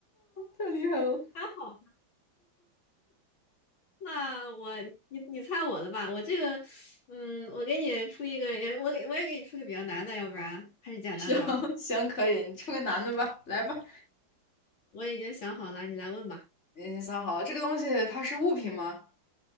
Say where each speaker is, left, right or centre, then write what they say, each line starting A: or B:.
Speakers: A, on the left; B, on the left.
A: 太厉害了！
B: 还好吧那我你你猜我的吧，我这个，嗯，我给你出一个，也我给我也给你出个比较难的，要不然还是简单的。
A: <laughs> 行行，可以，你出个男的吧，来吧。
B: 我已经想好了，你来问吧。
A: 你想好了，这个东西它是物品吗？